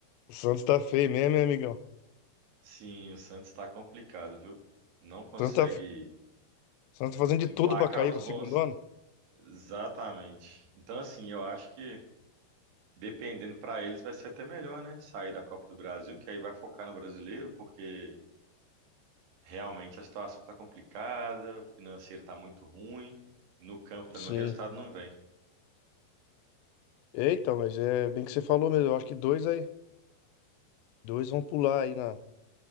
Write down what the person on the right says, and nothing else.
sim, o Santos tá complicado, viu? Não consegue
emplacar
os
bons.
Exatamente. Então, assim, eu acho que dependendo para eles vai ser até melhor, né? Sair da Copa do Brasil, que aí vai focar no brasileiro, porque realmente a situação tá complicada, o financeiro tá muito ruim, e no campo também
o resultado não vem.